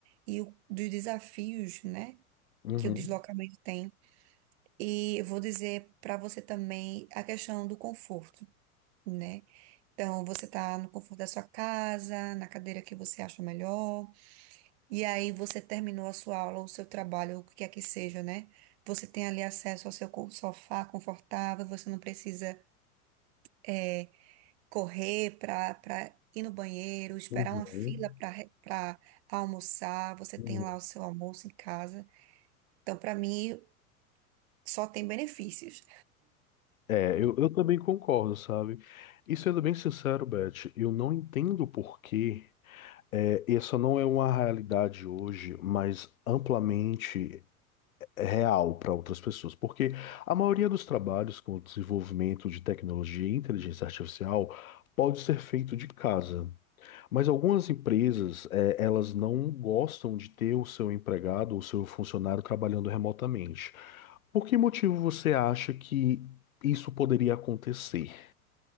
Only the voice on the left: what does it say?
uhum,
uhum,
uhum.
É, eu, eu também concordo, sabe? E sendo bem sincero, Beth, eu não entendo por que é, essa não é uma realidade hoje, mas amplamente real para outras pessoas, porque a maioria dos trabalhos com o desenvolvimento de tecnologia e inteligência artificial pode ser feito de casa, mas algumas empresas, eh, elas não gostam de ter o seu empregado ou seu funcionário trabalhando remotamente. Por que motivo você acha que isso poderia acontecer?